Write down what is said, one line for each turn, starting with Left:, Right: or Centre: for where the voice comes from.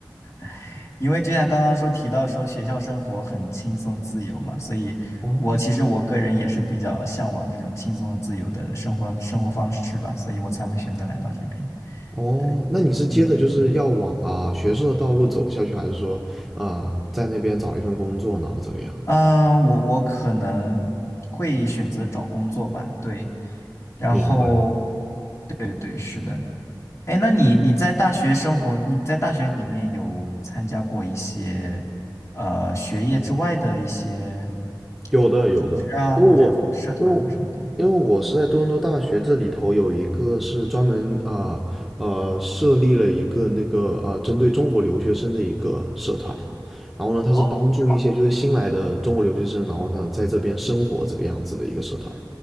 Left: <laughs> 因为就像刚刚说提到说学校生活很轻松自由嘛，所以我其实我个人也是比较向往这种轻松和自由的生活生活方式吧，
Centre: 哦
Left: 所以我才会选择来到这边。
Centre: 哦，
Left: 对，
Centre: 那你是接着就是要往啊、
Left: 嗯嗯
Centre: 学术的道路走下去，还是说啊、在那边找一份工作，然后怎么样？
Left: 嗯，啊、我我可能会选择找工作吧，对，然后
Centre: 明白。
Left: 对对是的。哎，那你你在大学生活，你在大学里面有参加过一些呃学业之外的一些
Centre: 有的有的，
Left: 组织啊，
Centre: 因为我因为
Left: 或者或社团啊什么的？
Centre: 因为我是在多伦多大学这里头有一个是专门啊呃设立了一个那个啊、针对中国留学生的一个社团，然后呢，它是帮助一些就是新来的中国留学生，
Left: 哦，是吗？
Centre: 然后呢在这边生活这个样子的一个社团。